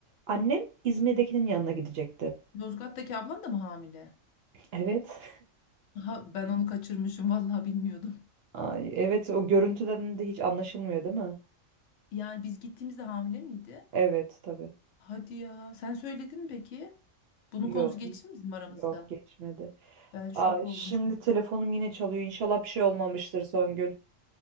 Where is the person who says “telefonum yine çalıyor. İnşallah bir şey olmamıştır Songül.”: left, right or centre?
Right